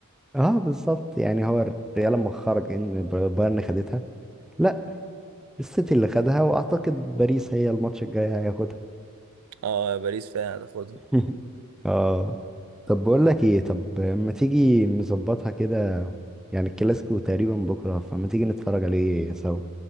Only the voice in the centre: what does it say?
اه بالظبط يعني هو الريال لما خرج ان ب- بايرن خدتها لا السيتي اللي خدها واعتقد باريس هي الماتش الجاي هياخدها
<laughs> اه طب بقول لك ايه طب ما تيجي نظبطها كده يعني الكلاسيكو تقريبا بكرة فما تيجي نتفرج عليه سوا